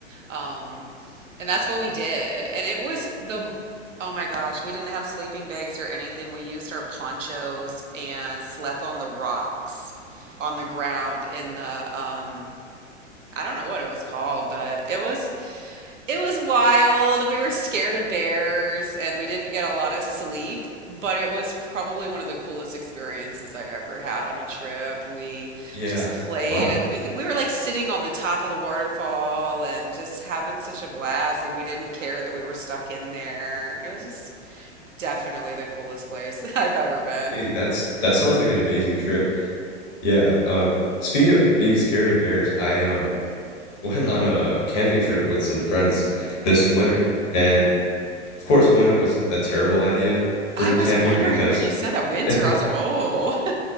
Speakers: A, on the right; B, on the left.
A: Um, and that's what we did. And it was the, oh my gosh, we didn't have sleeping bags or anything. We used our ponchos and slept on the rocks on the ground in the, um, I don't know what it was called, but it was it was wild. We were scared of bears and we didn't get a lot of sleep, but it was probably one of the coolest experiences I ever had on a trip. We
B: Yeah.
A: just played
B: Wow.
A: at we could, we were like sitting on the top of the waterfall and just having such a blast. Like we didn't care that we were stuck in there. It was just definitely the coolest place <laughs> I've ever been.
B: Hey, that's that sounds like an amazing trip. Yeah. Um, speaking of being scared of bears, I um went on a camping trip with some friends this winter. And of course, winter was a terrible idea for
A: I
B: camping
A: was wondering
B: because
A: when you said that
B: <laughs>
A: winter,
B: it
A: I was like, "Oh." <laughs>